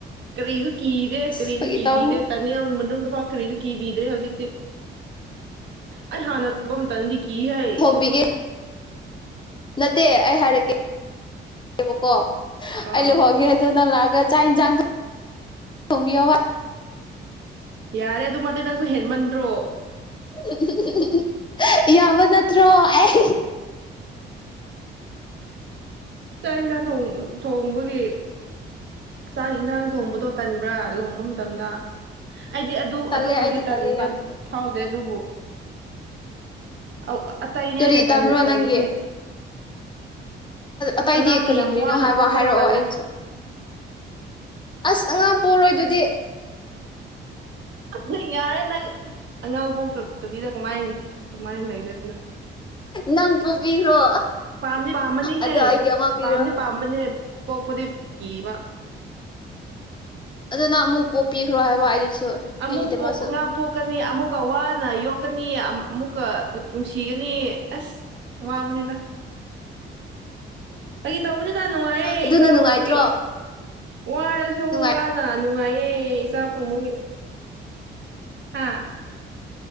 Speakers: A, on the right; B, on the left.
A: ꯀꯔꯤꯁꯨ ꯀꯤꯗꯦ
B: ꯑꯁ
A: ꯀꯔꯤꯁꯨ
B: ꯐꯥꯒꯤ
A: ꯀꯤꯕꯤꯗꯦ
B: ꯇꯧꯕꯅꯤ
A: ꯇꯠ ꯃꯤꯅꯌꯥꯝ ꯃꯅꯨꯡꯗꯐꯥꯎ ꯀꯔꯤꯁꯨ ꯀꯤꯕꯤꯗ꯭ꯔꯦ ꯍꯧꯖꯤꯛꯇꯤ ꯑꯩ ꯍꯥꯟꯅ ꯇꯧꯕ ꯑꯃꯇꯪꯗꯤ ꯀꯤ ꯍꯩ
B: ꯂꯨꯍꯣꯡꯕꯤꯒꯦ ꯅꯠꯇꯦ ꯑꯩ ꯍꯥꯏꯔꯛꯀꯦꯕꯀꯣ
A: ꯑꯥ
B: ꯑꯩ ꯂꯨꯍꯧꯒꯦ ꯑꯗꯨ ꯅꯪ ꯂꯥꯛꯑꯒ ꯆꯥꯛ ꯏꯟꯖꯥꯡ ꯊꯣꯡꯕꯤꯌꯣꯕ
A: ꯌꯥꯔꯦ ꯑꯗꯨꯃꯥꯗꯤ ꯅꯪꯖꯨ ꯍꯦꯟꯃꯟꯗ꯭ꯔꯣ
B: <unintelligible> ꯌꯥꯕ ꯅꯠꯇꯔꯣ ꯍꯩ
A: ꯆꯥꯛ ꯏꯟꯁꯥꯡ ꯊꯣꯛꯥꯡ ꯊꯣꯡꯕꯒꯤ ꯆꯥꯛ ꯏꯟꯁꯥꯡ ꯊꯣꯡꯕꯗꯣ ꯇꯟ <unintelligible> ꯕ꯭ꯔ ꯂꯨꯍꯣꯡꯕ ꯃꯇꯝꯗ ꯑꯩꯗꯤ ꯑꯗꯨ
B: ꯇꯜꯂꯦ
A: ꯑꯗꯨꯕꯨꯗꯤ
B: ꯑꯩꯗꯤ
A: ꯇꯟꯕ
B: ꯇꯜꯂꯦ ꯌꯥꯝ ꯇꯜꯂꯦ
A: ꯐꯥꯎꯗꯦ ꯑꯗꯨꯕꯨ ꯑꯧ ꯑꯇꯩꯅꯦ
B: ꯀꯔꯤ
A: ꯑꯩꯅ
B: ꯇꯝꯕ꯭ꯔꯣ
A: ꯇꯜꯂꯤꯁꯦ
B: ꯅꯪꯒꯤ ꯑꯇꯩꯗꯤ
A: ꯑꯉꯥꯡ
B: ꯀꯔꯤ
A: ꯌꯥꯝ
B: ꯀꯔꯤꯅꯣ
A: ꯋꯥꯅ
B: ꯍꯥꯏꯕ
A: ꯄꯣꯛꯄꯗꯣ
B: ꯍꯥꯏꯔꯛꯑꯣ
A: ꯇꯜꯂꯦ
B: ꯑꯩꯒꯤꯁꯨ ꯑꯁ ꯑꯉꯥꯡ ꯄꯣꯔꯣꯏ ꯑꯗꯨꯗꯤ <unintelligible>
A: ꯅꯪ ꯌꯥꯔꯦ ꯅꯪ ꯑꯉꯥꯡ ꯄꯣꯛꯇꯕꯤꯗ ꯀꯃꯥꯏ ꯀꯃꯥꯏꯅ ꯂꯩꯗꯣꯏꯅꯣ
B: ꯅꯪ ꯄꯣꯛꯕꯤꯈ꯭ꯔꯣ
A: ꯄꯥꯝꯗꯤ ꯄꯥꯝꯕꯅꯤꯍꯦ
B: ꯑꯗꯣ ꯑꯩꯒꯤ ꯑꯃ ꯄꯤꯔꯣ
A: ꯄꯥꯝꯗꯤ ꯄꯥꯝꯕꯅꯦ ꯄꯣꯛꯄꯗꯤ ꯀꯤꯕ
B: ꯑꯗꯨ ꯅꯪ ꯑꯃꯨꯛ ꯄꯣꯛꯄꯤꯈ꯭ꯔꯣ ꯍꯥꯏꯕ ꯑꯩꯒꯤꯁꯨ
A: ꯑꯃꯨꯛ
B: ꯑꯩꯒꯤꯗꯃꯛꯁꯨ
A: ꯀꯣꯛ ꯑꯉꯥꯡ ꯄꯣꯛ ꯌꯣꯛꯀꯅꯤ ꯑꯃꯨꯛꯀ ꯋꯥꯅ ꯌꯣꯛꯀꯅꯤ ꯑꯃꯨꯛꯀ ꯅꯨꯡꯁꯤꯒꯅꯤ ꯑꯁ ꯋꯥꯕꯅꯤꯗ ꯐꯥꯒꯤ ꯇꯧꯕꯅꯤꯗ ꯅꯨꯡꯉꯥꯏꯌꯦ
B: ꯑꯗꯨꯅ
A: ꯏꯆꯥ ꯑꯣꯏꯕꯒꯤ
B: ꯅꯨꯡꯉꯥꯏꯇ꯭ꯔꯣ
A: ꯋꯥꯔꯁꯨ
B: ꯅꯨꯡꯉꯥꯏ
A: ꯋꯥꯅ ꯅꯨꯡꯉꯥꯏꯌꯦ ꯏꯆꯥ ꯐꯪꯕꯒꯤ ꯍꯥꯥ